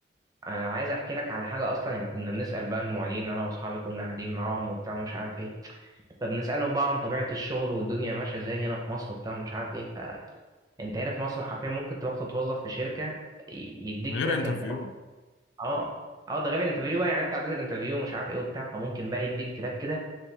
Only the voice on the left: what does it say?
من غير
انترفيو